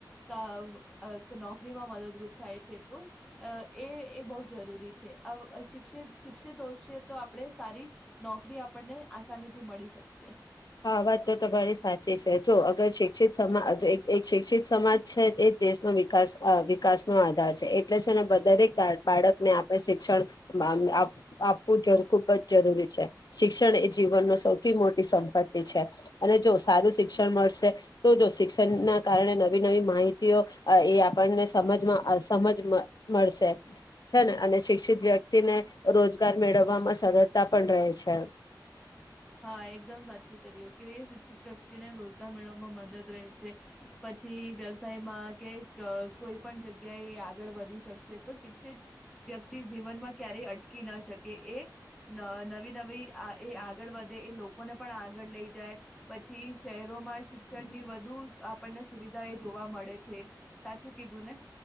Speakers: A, in the centre; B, on the left (about 60°).
A: કા નોકરીમાં મદદરૂપ થાય છે, તો એ એ બો જરૂરી છે. અ વ શિક્ષત શિક્ષટોસ તે તો આપણે સારી નોકરી આપણને આસાનીથી મળી શકશે.
B: હા, આ વાત તો તમારી સાચી છે. જો અગર શિક્ષિત સમાજ એક શિક્ષિત સમાજ છે, એ દેશનો વિકાસ વિકાસનો આધાર છે એટલે છે ને દરેક બાળકને આપણે શિક્ષણ આપવું ખૂબ જ જરૂરી છે. શિક્ષણ એ જીવનનો સૌથી મોટી સંખ <unintelligible> છે અને જો સારું શિક્ષણ મળશે, તો જો શિક્ષણના કારણે નવી નવી માહિતીઓ એ આપણને સમજમાં સમજ મળશે છે ને અને શિક્ષિત વ્યક્તિને રોજગાર મેળવવામાં સરળતા પણ રહે છે.
A: હા, એકદમ સાચું કર્યું કે શિક્ષિત વ્યક્તિને રોજગાર મેળવવામાં મદદ રહે છે પછી વ્યવસાયમાં કે કોઈ પણ જગ્યાએ આગળ વધી શકશે, તો શિક્ષિત વ્યક્તિ જીવનમાં ક્યારેય અટકી ન શકે એ નવી નવી એ આગળ વધે, એ લોકોને પણ આગળ લઈ જાય પછી શહેરોમાં શિક્ષણ ની વધુ આપણને સુવિધા એ જોવા મળે છે સાચું કીધું ને.